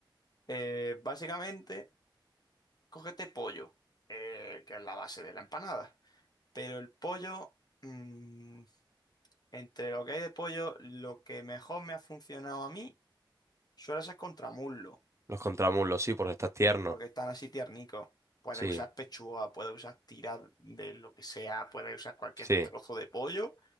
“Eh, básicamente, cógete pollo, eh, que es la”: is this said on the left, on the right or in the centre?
Left